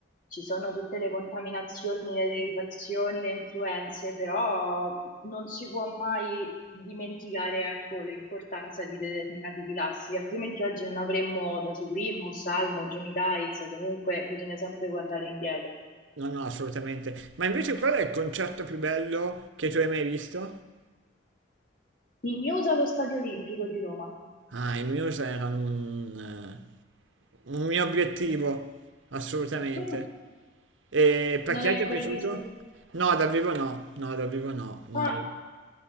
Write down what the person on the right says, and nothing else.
No, no, assolutamente. Ma invece qual è il concerto più bello che tu hai mai visto?
Ah, i Muse erano un, eh, un mio obiettivo, assolutamente.
E perché
ti
è piaciuto?
No, dal vivo no, no, dal vivo no, mai.